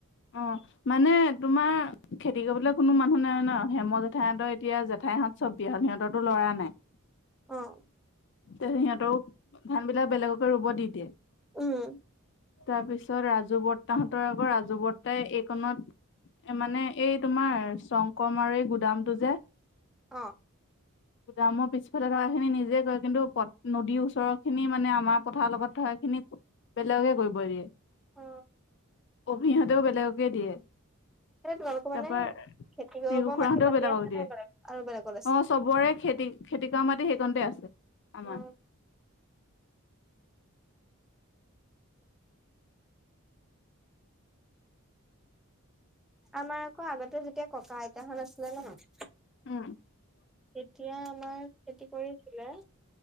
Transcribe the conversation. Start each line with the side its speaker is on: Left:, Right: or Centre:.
Left: অঁ। <inaudible> মানে তোমাৰ খেতি কৰিবলৈ কোনো মানুহ নাই ন। হেমৰ জেঠাইহঁতৰ এতিয়া জেঠাইহঁত <unintelligible> চব বিয়া হ'ল সিহঁতৰটো ল'ৰা নাই। <unintelligible>
Centre: অঁ। <inaudible>
Left: তে সিহঁতেও ধান বিলাক বেলেগকে ৰুব দি দিয়ে। <unintelligible>
Centre: উম
Left: তাৰপিছত ৰাজু বৰ্তাহঁতৰ আকৌ ৰাজু বৰ্তাই এইকনত <unintelligible> মানে এই তোমাৰ শংকৰমৰীৰ আৰু এই গুদামটো যে <unintelligible>
Centre: অঁ। <inaudible>
Left: অ <unintelligible> গুদামৰ পিছফালে থকাখিনি নিজে কৰে। কিন্তু নদীৰ ওচৰৰখিনি মানে আমাৰ পথাৰৰ লগত থকাখিনি <unintelligible> বেলেগকে কৰিব দিয়ে। <inaudible>
Centre: অ
Left: অভিহঁতেও বেলেগকে দিয়ে। <inaudible>
Centre: এ তোমালোকৰ
Left: তাৰপা
Centre: মানে <unintelligible> খেতি কৰিব
Left: ৰিকু খুৰাহঁতেও
Centre: মাটি-চাতি
Left: বেলেগক
Centre: আছে
Left: দিয়ে
Centre: নাই বেলেগ আৰু বেলেগত আছে?
Left: অ চবৰে খেতি
Centre: <unintelligible>
Left: খেতি কৰা মাটি সেইকণতে আছে আমাৰ।
Centre: উম,
Left: <inaudible>
Centre: আমাৰ আকৌ আগতে যেতিয়া ককা-আইতাহঁত আছিলে ন? <unintelligible>
Left: উম
Centre: <inaudible> তেতিয়া আমাৰ খেতি কৰিছিলে।